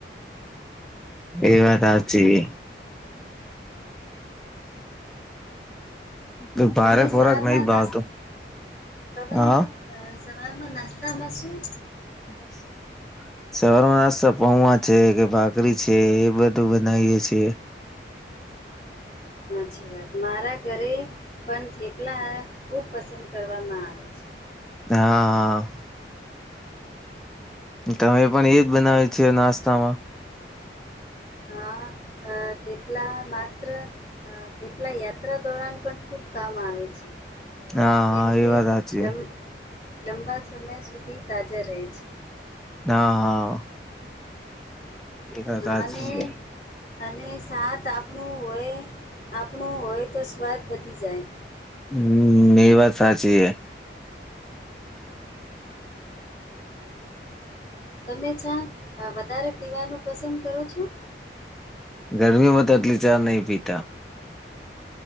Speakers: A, in the centre; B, on the left.
A: એ વાત હાચી ભારે
B: તમે
A: ખોરાક
B: સવારમાં
A: નહી ભાવતો
B: નાસ્તો તમે
A: હા
B: અ સવારમાં નાસ્તામાં શું
A: <inaudible> સવારમાં નાસ્તા પૌવા છે કે ભાખરી છે એ બધું બનાવીએ છીએ.
B: હાચી વાત મારા ઘરે પણ થેપલા ખૂબ પસંદ કરવામાં આવે છે.
A: હા. તમે પણ એજ બનાવે છે નાસ્તામાં?
B: હા અ થેપલા માત્ર અ થેપલા યા યાત્રા દોરાન પણ ખુબ કામ આવે છે. અ
A: હા
B: કેમ
A: હા
B: કે
A: એ વાત સાચી
B: લંબ લંબા સમય સુધી તાજા રહે છે.
A: હા હા. પણ
B: હા
A: સાચી
B: અને
A: છે.
B: અને સાથ આપણું હોય આપણું હોય તો સ્વાદ વધી જાય.
A: હમ્મ એ વાત સાચી હે.
B: તમે ચા વધારે પીવાનું પસંદ કરો છો?
A: ગરમીમાં તો આતલી ચા નય પીતા.